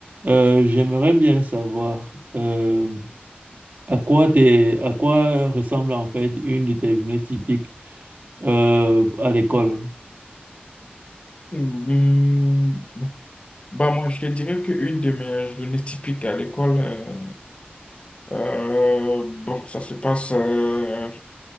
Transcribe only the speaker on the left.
Hmm, Bah moi, je te dirais qu'une de mes journées typiques à l'école, euh, euh, bon, ça se passe euh,